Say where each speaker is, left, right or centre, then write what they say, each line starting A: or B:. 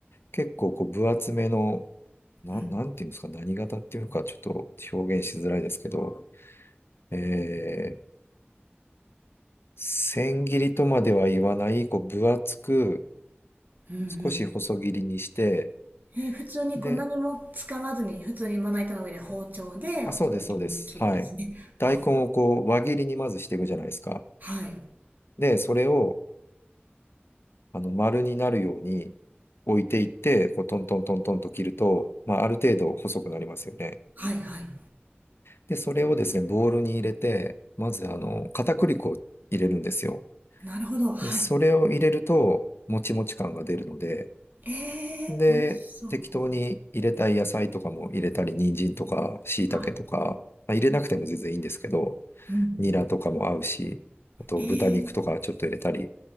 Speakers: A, on the left; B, on the right.
A: 結構こう分厚めの、な、
B: うん。
A: なんていうんですか、何型っていうかちょっと表現しづらいですけど、えー、千切りとまでは言わない、こう分厚く
B: うんうん
A: 少し細切りにして、
B: えー、普通にこう何も使わずに、
A: で、
B: 普通にまな板の上で包丁で細切りに切るんですね。
A: あ、そうです、そうです。はい。
B: は、
A: 大根をこう、輪切りにまずしていくじゃないですか。
B: はい。
A: で、それを、あの、丸になるように置いていって、こう、トントントントンと切ると、まあ、ある程度細くなりますよね。
B: はいはい。
A: で、それをですね、ボウルに入れて、まず、あの、片栗粉を入れるんですよ。
B: なるほど、はい。
A: で、それを入れると、もちもち感が出るので、
B: えー、
A: で、
B: 美味しそう。
A: 適当に入れたい野菜とかも入れたり、人参とか、椎茸とか、
B: はい。
A: まあ、入れなくても全然いいんですけど、
B: うん
A: ニラとかも合うし、あと豚肉とかちょっと入れたり。
B: えー